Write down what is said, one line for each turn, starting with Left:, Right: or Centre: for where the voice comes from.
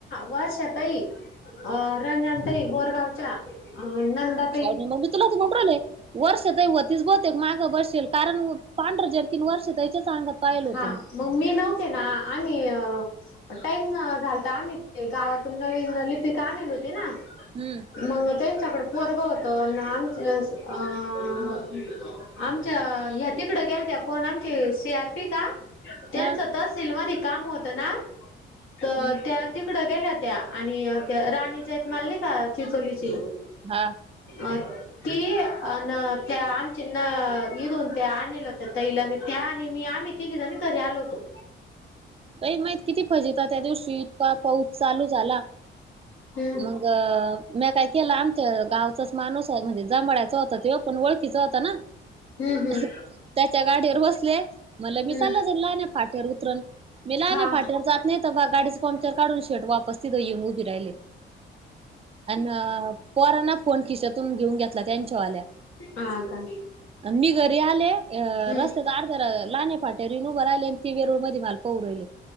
Left: वर्षा ताई अ रंजन ताई बोरगावच्या अह नंदा
Right: काय मगं मी तुला बघून राहिले. वर्षाताईच होतीच बहुतेक मागं बसशल कारण पांढरं जार्किन वर्षा ताईच्याच अंगात पाहिलं होतं
Left: हा मग मी नव्हते ना आणि अह टाईम झालता आम्ही ते गावातून नवीन लिपिका आणल होती ना
Right: हम्म.
Left: मंग त्यांच्याकडं पोरग होतं आमच अस अह आमच्या ह्या तिकडं गेलत्या कोण आमची सी आर पी का त्यांच
Right: हा
Left: तहसील मध्ये काम होत ना तर
Right: हम्म
Left: त्या तिकडं गेल्या त्या आणि त्या राणीच्या आहेत माल नाय का चिचोलीची
Right: हा.
Left: अह ती अन त्या आमची न इथून ते आणल होत ताईला मी त्या आणि मी आम्ही तिघी जणी घरी आलो होतो.
Right: बाई माहीत किती फजित त्या दिवशी इतका पाऊस चालू झाला
Left: हम्म
Right: मग मी काय केलं आमच्या गावचाच माणूस म्हणजे जमळ्याच होता त्यो पण ओळखीचा होता ना
Left: हम्म हम्म
Right: त्याच्या गाडीवर बसले मला मी
Left: हम्म
Right: चालं लहाना नाही फटेवर उतरन मी नाही
Left: हा
Right: फट्यावर जात नाही तर गाडीचं पंक्चर काढून शेट वापस तिथं येऊन उभी राहिले. अ पोरांन फोन खिचतून घेऊन घेतला त्यांच्यावाल्या
Left: हा का
Right: मी घरी आले
Left: हम्म
Right: रस्तात अर्ध्या लाणे फाट्या वर येऊन उभी राहिले आणि ती वेरूळ मध्ये माल हो बाई